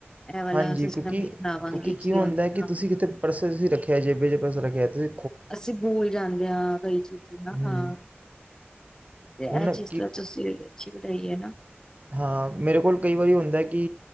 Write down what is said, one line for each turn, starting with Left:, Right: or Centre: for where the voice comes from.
Left: ਇਹ ਵਾਲਾ
Right: ਹਾਂਜੀ
Left: ਸਿਸਟਮ
Right: ਕਿਉਂਕਿ
Left: ਵੀ ਅਪਣਾਵਾਂਗੇ
Right: ਕਿਉਂਕਿ ਕੀ ਹੁੰਦਾ ਕਿ
Left: ਹਾਂ
Right: ਤੁਸੀਂ ਕਿਤੇ ਪਰਸ ਤੁਸੀਂ ਰੱਖਿਆ ਜੇਵੇ ਜੇ ਬਸ ਰੱਖਿਆ ਅਤੇ
Left: ਅਸੀਂ ਬੂਲ ਜਾਂਦੇ ਹਾਂ। ਕਈ ਚੀਜ਼ਾਂ ਨਾ
Right: ਹੂੰ
Left: ਹਾਂ ਤੇ
Right: ਹੁਣ
Left: ਇਹ ਚੀਜ਼
Right: ਕੀ
Left: ਵਿੱਚ ਅਸੀਂ ਅੱਛੀ ਲ ਸ ਹੀ ਹੈ ਨਾ
Right: ਹਾਂ ਮੇਰੇ ਕੋਲ ਕਈ ਵਾਰੀ ਹੁੰਦਾ ਕਿ